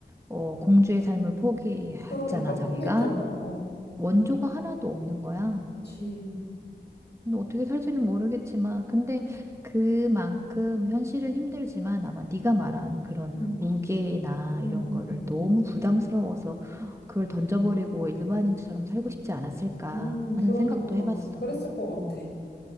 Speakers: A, on the right; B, on the left.
A: 어, 공주의 삶을 포기했잖아,
B: 그러니까
A: 자기가.
B: 포기했잖아. 어,
A: 원조가 하나도 없는 거야.
B: 그치.
A: 근데 어떻게 살지는 모르겠지만, 근데 그만큼 현실은 힘들지만 아마 네가 말한 그런
B: 응,
A: 무게나
B: 응,
A: 이런
B: 응,
A: 거를
B: 응.
A: 너무 부담스러워서 그걸 던져버리고 일반인처럼 살고 싶지 않았을까
B: 음,
A: 하는
B: 그러니까
A: 생각도 해봤어.
B: 그랬을 것 같아.
A: 음,